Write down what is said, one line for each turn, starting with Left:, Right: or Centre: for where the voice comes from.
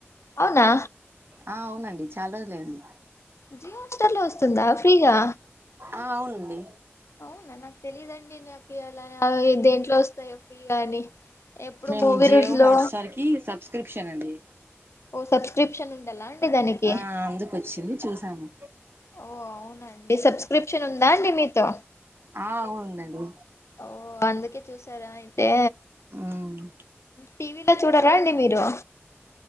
Left: అవునా
Right: ఆ అవునండి చాలా రోజులైంది
Left: జియో హాట్ స్టార్ లో వస్తుందా ఫ్రీగా
Right: ఆ అవునండి
Left: అవునా నాకు తెలిదండి నాకి అలా దీంట్లో వస్తాయో ఫ్రీగా అని. ఎప్పుడు
Right: మేము
Left: మూవీ
Right: జియో
Left: రూల్స్ లో
Right: హాట్స్టార్ కి సబ్స్క్రిప్షన్ అండి.
Left: ఓ సబ్స్క్రిప్షన్ ఉండాలా అండి దానికి
Right: ఆ అందుకు వచ్చింది చూసాము
Left: ఓ అవునండి సబ్స్క్రిప్షన్ ఉందా అండి మీతో
Right: ఆ ఉందండి
Left: ఓ అందుకే చూసారా అయితే
Right: హ్మ్
Left: టీవీలో చూడరా అండి మీరు